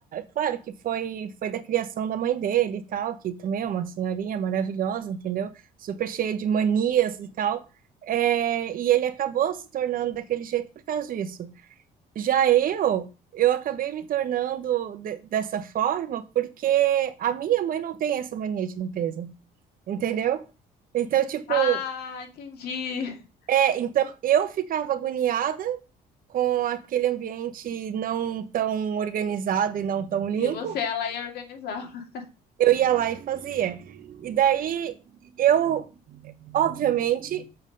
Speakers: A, on the right; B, on the left.
A: claro que foi foi da criação da mãe dele e tal, que também é uma senhorinha maravilhosa, entendeu? Super cheia de manias e tal. É, e ele acabou se tornando daquele jeito por causa disso. Já eu, eu acabei me tornando de- dessa forma porque a minha mãe não tem essa mania de limpeza, entendeu? Então, tipo,
B: Ah, entendi. <laughs>
A: é, então eu ficava agoniada com aquele ambiente não tão organizado e não tão limpo,
B: E você, ela ia organizar. <laughs>
A: eu ia lá e fazia. E daí eu, obviamente,